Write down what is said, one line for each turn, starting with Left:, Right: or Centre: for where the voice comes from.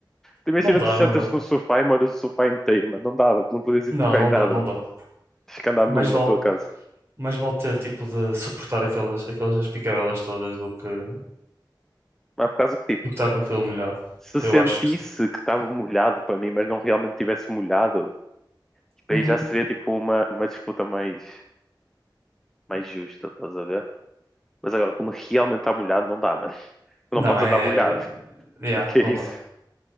Centre: tu imagina,
Right: não dá,
Centre: tu sentas
Right: não dá.
Centre: no sofá e moras o sofá inteiro, mano. Não dava, tu não podias ir
Right: Não,
Centre: tocar
Right: não
Centre: em nada,
Right: dá, não
Centre: mano.
Right: dá.
Centre: Tens que andar
Right: Mais
Centre: nu na
Right: vale,
Centre: tua casa.
Right: mais vale ter tipo de suportar aquelas, aquelas picabelas todas do que do
Centre: Mas por causa que, tipo,
Right: que estar com aquilo molhado.
Centre: se
Right: Eu
Centre: sentisse
Right: acho que sim.
Centre: que estava molhado para mim, mas não realmente tivesse molhado, daí
Right: Uhum.
Centre: já seria, tipo, uma, uma disputa mais, mais justa, estás a ver? Mas agora, como realmente está molhado, não dá, mano. Tu
Right: Não,
Centre: não podes
Right: é.
Centre: andar molhado. <laughs>
Right: Yeah,
Centre: O que
Right: não
Centre: é
Right: dá.
Centre: isso?